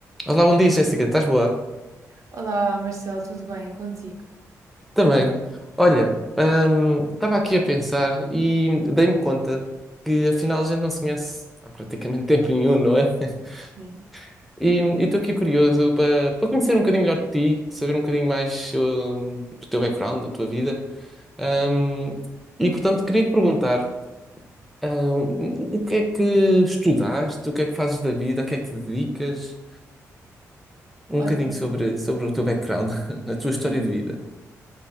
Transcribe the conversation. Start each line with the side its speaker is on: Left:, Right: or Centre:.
Centre: Olá, bom dia, Jéssica. Estás boa?
Right: Olá, Marcelo, tudo bem contigo?
Centre: Também. Olha, hum, estava aqui a pensar e dei-me conta que afinal a gente não se conhece há praticamente <laughs> tempo nenhum, não é? <laughs>
Right: Sim.
Centre: E estou aqui curioso para para conhecer um bocadinho melhor de ti, saber um bocadinho mais hum, do teu background, da tua vida. Hum, e portanto, queria te perguntar, hum, o que é que estudaste, o que é que fazes da vida, a que é que te dedicas? Um
Right: Olha,
Centre: bocadinho sobre, sobre o teu background, <laughs> a tua história
Right: en-
Centre: de vida.